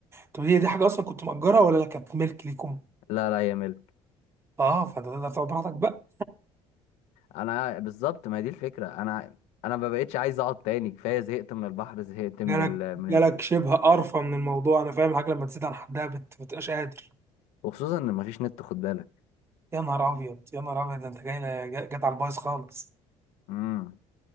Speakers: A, on the right (about 20°); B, on the left (about 85°).
A: طب هي دي حاجه اصلا كنت مأجرها ولا لا كانت ملك ليكم
B: لا لا يا ملك
A: اه فانت تقدر تقعد براحتك بقى
B: انا بالظبط ما هي دي الفكره انا انا ما بقتش عايز اقعد تاني كفايه زهقت من البحر زهقت من
A: جالك
B: ال... من
A: جالك
B: ال...
A: شبه قرفه من الموضوع انا فاهم الحاجه لما تزيد عن حدها بت- بتبقاش قادر
B: وخصوصا ان مفيش نت خد بالك
A: يا نهار ابيض يا نهار ابيض ده انت جاي جا- جت على البايظ خالص
B: امم